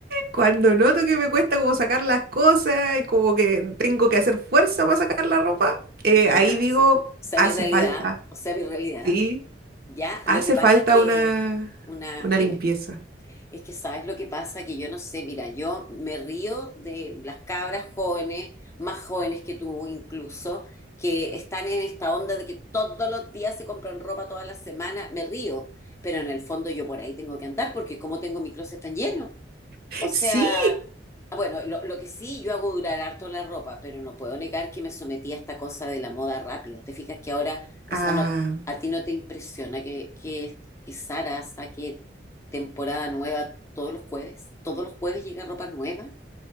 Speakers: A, on the right; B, on the left.
A: Cuando noto que me cuesta como sacar las cosas y como que tengo que hacer fuerza para sacar la ropa, eh,
B: ya,
A: ahí digo,
B: o sea, o sea,
A: hace
B: mi realidad,
A: falta,
B: o sea, mi realidad.
A: sí,
B: Ya,
A: hace
B: lo que pasa
A: falta
B: es que
A: una,
B: una,
A: una
B: dime.
A: limpieza.
B: Es que sabes lo que pasa, que yo no sé, mira, yo me río de las cabras jóvenes, más jóvenes que tú incluso, que están en esta onda de que todos los días se compran ropa todas las semanas me río, pero en el fondo yo por ahí tengo que andar porque como tengo mi closet tan lleno. O sea,
A: Sí,
B: ah, bueno, lo, lo que sí, yo hago durar harto la ropa, pero no puedo negar que me sometí a esta cosa de la moda rápida. ¿Te fijas que ahora, o
A: Ah,
B: sea, no, a ti no te impresiona que, que, que Zara saque temporada nueva todos los jueves? ¿Todos los jueves llega ropa nueva?